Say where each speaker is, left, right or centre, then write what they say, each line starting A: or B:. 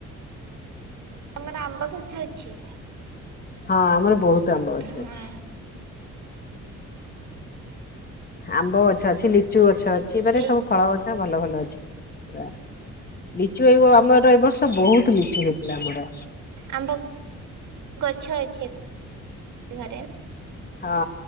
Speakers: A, on the right; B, on the left.
A: ଆମେନା ଆମ୍ବ କାଛି <unintelligible> ଅଛି।
B: ହଁ ଆମର ବହୁତ ଆମ୍ବ ଗଛ
A: ହଁ।
B: ଅଛି। ଆମ୍ବ ଗଛ ଅଛି ଲିଚୁ ଅଛି। ଗଛ ଅଛି ପରେ
A: ହେ
B: ସବୁ ଫଳ ଗଛ ଭଲ ଭଲ ଅଛି ପୁରା। ଲିଚୁ ଏଓ ଆମର ଏ ବର୍ଷ ବହୁତ ଲିଚୁ ହେଇଥିଲା ଆମର।
A: ଆମ୍ବ ଗଛ ଅଛି ଘରେ।
B: ହଁ